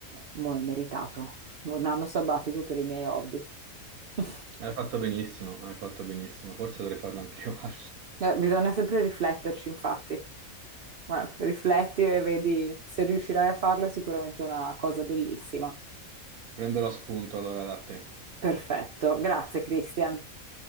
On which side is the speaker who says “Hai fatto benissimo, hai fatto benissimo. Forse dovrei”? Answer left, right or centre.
Right